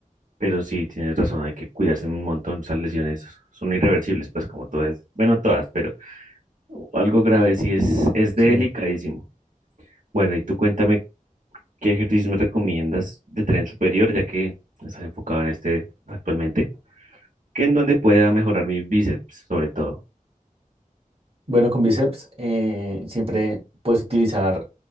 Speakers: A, on the right; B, on the right.
A: Pero sí, tienes razón, hay que cuidarse un montón. Esas lesiones son irreversibles, pues como todas, bueno, todas, pero algo grave sí es, es
B: sí.
A: delicadísimo. Bueno, y tú cuéntame qué ejercicios me recomiendas de tren superior, ya que estás enfocado en este actualmente, que en donde pueda mejorar mis bíceps, sobre todo.
B: Bueno, con bíceps eh, siempre puedes utilizar